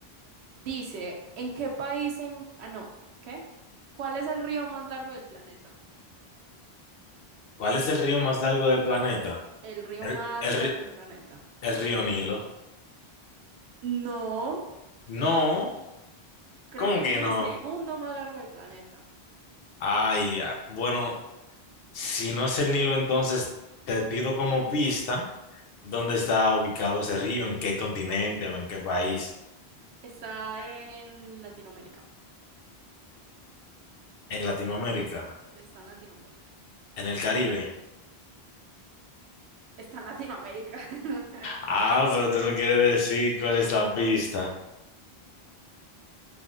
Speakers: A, on the right; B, on the left.
A: Dice, ¿en qué país en... Ah, no, ¿qué? ¿Cuál es el río más largo del planeta?
B: ¿Cuál es el río más largo del planeta?
A: El río
B: El,
A: más
B: el
A: largo
B: ri-
A: del planeta.
B: El río Nilo.
A: No,
B: No,
A: creo
B: ¿cómo
A: que ese
B: que
A: es el
B: no?
A: segundo más largo del planeta.
B: Ay, ah, bueno, si no es el Nilo, entonces te pido como pista dónde está ubicado ese río, en qué continente o en qué país.
A: Está en Latinoamérica.
B: En Latinoamérica,
A: Está en Latinoamérica.
B: en el Caribe.
A: Está en Latinoamérica. <laughs>
B: Ah, pero tú no quieres decir cuál es la pista.